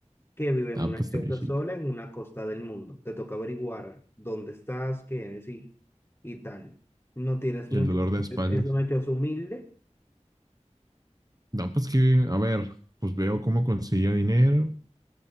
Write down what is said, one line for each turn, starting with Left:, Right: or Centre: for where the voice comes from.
Left: que vive en
Right: Ah,
Left: una
Right: pues
Left: choza
Right: está viejito.
Left: sola en una costa del mundo. Te toca averiguar dónde estás, qué eres y, y tal. No tienes mucho,
Right: Y el dolor de espalda.
Left: es una choza humilde.
Right: No, pues que, a ver, pues veo cómo conseguía dinero.